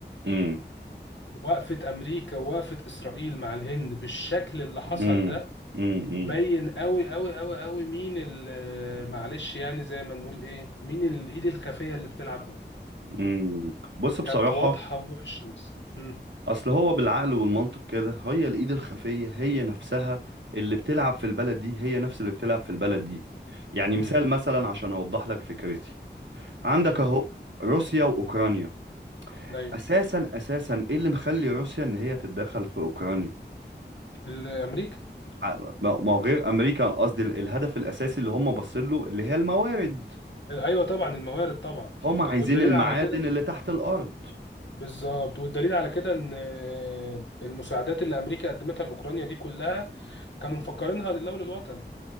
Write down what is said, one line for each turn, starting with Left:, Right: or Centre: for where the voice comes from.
Right: امم
Left: وقفه امريكا ووقفه اسرائيل مع الهند بالشكل اللي حصل
Right: امم
Left: ده
Right: امم امم
Left: بين قوي قوي قوي قوي مين ال- معلش يعني زي ما نقول ايه مين الايد الخفيه اللي بتلعب هنا
Right: امم. بص بصراحة
Left: كانت واضحه وضوح الشمس امم
Right: اصل هو بالعقل والمنطق كده هي الايد الخفيه هي نفسها اللي بتلعب في البلد دي هي نفس اللي بتلعب في البلد دي يعني مثال
Left: امم
Right: مثلا عشان اوضح لك فكرتي عندك
Left: امم
Right: اهو روسيا واوكرانيا
Left: ايوه
Right: اساسا اساسا ايه اللي مخلي روسيا ان هي تتدخل في اوكرانيا
Left: الامريكا
Right: ع- ما ما هو غير امريكا قصدي ال- الهدف الاساسي اللي هم باصين له اللي هي الموارد
Left: ايوه طبعا الموارد طبعا
Right: هم عايزين
Left: والدليل
Right: المعادن
Left: على كده
Right: اللي تحت الارض
Left: مم. بالظبط والدليل على كده ان المساعدات اللي امريكا قدمتها لاوكرانيا دي كلها كانوا مفكرينها لله وللوطن